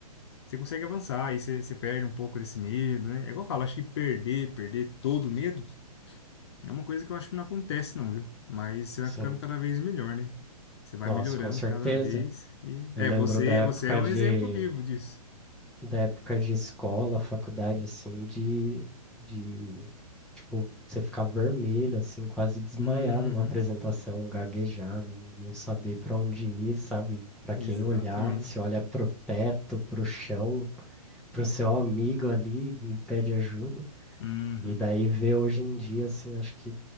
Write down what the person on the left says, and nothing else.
Você consegue avançar, e você, você perde um pouco desse medo, né? É igual eu falo, acho que perder, perder todo o medo é uma coisa que eu acho que não acontece, não, viu? Mas você vai
ficando cada vez melhor, né? Você vai
melhorando
cada vez e.
É,
você,
você é um
exemplo vivo disso.
Uhum,
exatamente.
Uhum,